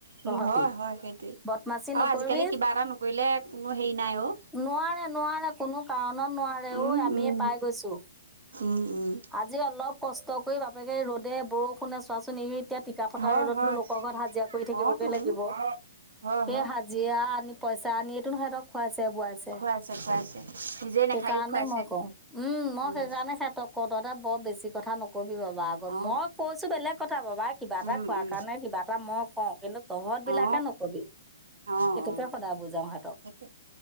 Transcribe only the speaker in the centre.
তহঁতি।
বদমাচি
নকৰিবি
নোৱাৰে নোৱাৰে কোনো কাৰণত নোৱাৰে
ঐ আমিয়ে
পাই গৈছো।
আজি অলপ কষ্ট কৰি বাপেকে ৰ'দে বৰষুণে চোৱাচোন এৰি এতিয়া টিকা ফটা
ৰ'দতো
লোকৰ ঘৰত হাজিৰা কৰি থাকিবগে
লাগিব
সেই
হাজিৰা আনি পইচা আনিয়েতো ন সিহতক খুৱাইছে বোৱাইছে
সেইকাৰণে
মই কওঁ। উম মই
সেইকাৰণে ইহতক কওঁ তহঁতে বৰ বেছি কথা নকবি বাবা।
মই কৈছো বেলেগ কথা বাবা কিবা এটা
খোৱাৰ
কাৰণে কিবা এটা মই কওঁ কিন্তু। তহঁত বিলাকে
নকবি
সেইটোকে
সদায় বুজাও সঁতক।